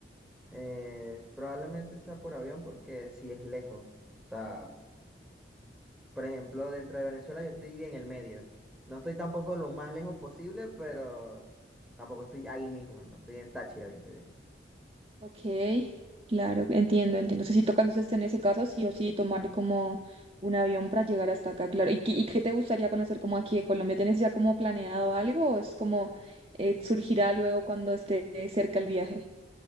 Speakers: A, in the centre; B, on the right.
A: eh, probablemente sea por avión porque sí es lejos. O sea, Por ejemplo, dentro de Venezuela yo estoy en el medio. No estoy tampoco lo más lejos posible, pero tampoco estoy ahí mismo, no estoy en Táchira, que se dice.
B: Ok, claro, entiendo, entiendo. Entonces, si toca entonces en ese caso, sí o sí tomar como un avión para llegar hasta acá, claro. ¿Y qué, y qué te gustaría conocer como aquí de Colombia? ¿Tienes ya como planeado algo o es como eh, surgirá luego cuando esté cerca el viaje?